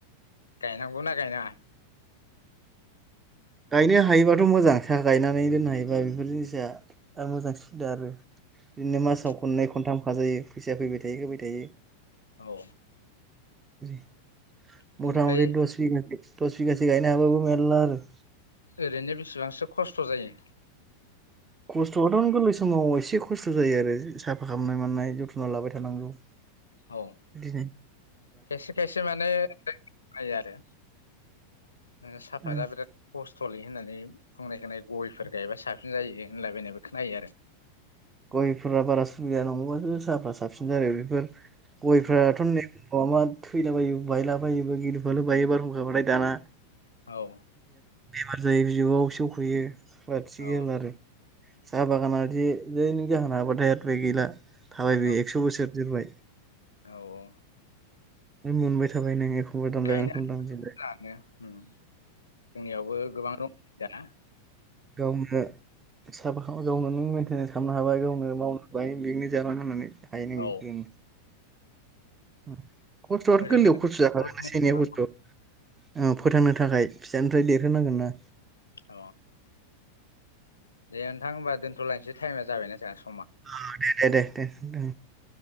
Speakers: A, on the left (about 75°); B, on the right (about 15°).
A: गायनांगौना गायनाङा?
B: गायनो हायोबाथ' मोजां साहा गायनानै दोननो हायोबा बेफोर जिनिसा मोजां सुबिदा आरो। बिदिनो
A: उम
B: मासाव खननै खनथाम खाजायो फैसाया फैबाय थायो फैबाय थायो।
A: औ।
B: <unintelligible>
A: बिनिफ्राय
B: मटा मटि दस बिगासो दस बिगासो गायनो हाबाबो मेरला आरो।
A: ओरैनो बिसेबांसो खस्थ' जायो।
B: कस्थयाथ' <unintelligible> समाव एसे खस्थ' जायो आरो साफा खालामनाय मनाय जोथ्न' लाबाय थानांगौ।
A: औ
B: दिनो
A: खायसे खायसे माने <unintelligible> खोनायो आरो। ओ साफाता
B: उम।
A: बिराद खस्थ'लै होननानै बुंनाय खोनायो गयफोर गायबा साबसिन जायो होनलायबायनायबो खोनायो आरो।
B: गयफोरा बारा सुबिदा नङबाथो साहाफ्रा साबसिन जायो बेफोर गयफ्राथ'
A: औ
B: ने - ह मा थैलाबायो बायलाबायोबो गिदबालो बायो बारहुंखााबालथाय दाना
A: औ।
B: बेमारर जायो बिबु'आव सेवखयो बथिगोन
A: औ
B: आरो। साहा बागाना जै नों जाहोनो हाबाथाय गैला थाबाय बे
A: औ
B: एकस' बोसोर जोरबाय।
A: औ औ।
B: मोनबाय थाबाय नों एखमबा दामजागोन
A: गायनो
B: एखमबा दामजोब
A: लानो उम जोंनियावबो गोबां <unintelligible> दाना
B: <unintelligible> साफा गावनो नों मेनटेनेन्स खालामनो हाबाय गावनो मावनो हाबाय बिदिनो जाना लोंनानै
A: औ
B: <unintelligible> खस्थ'आथ'
A: ओरैनो
B: गोरलैयाव खस्थ' जाखागोन
A: दङ
B: एसे एनैयाव
A: खोमा
B: खस्थ'
A: ना
B: औ फोथांनो थाखाय फिसानिफ्राय देरहोनांगोन ना।
A: अ दे नोंथां होनबा दोन्थ'लायनोसै टाइमा जाबायना सार?
B: <unintelligible> दे दे दे दे दे